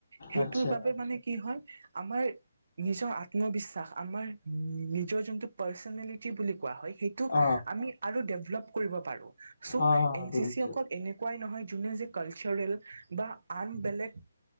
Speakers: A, on the right; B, on the left.
A: সেইটোৰ
B: আচ্ছা
A: বাবে মানে কি হয় আমাৰ নিজৰ আত্মবিশ্বাস আমাৰ নিজৰ যোনটো পাৰ্চনেলিটি বুলি কোৱা হয় সেইটোক
B: অ
A: আমি আৰু ডেভলপ কৰিব পাৰো চ'
B: অ অ'
A: এন
B: বুজিছো
A: চি চি অকল এনেকুৱাই নহয় যোনে যে কালচাৰেল বা আন বেলেগ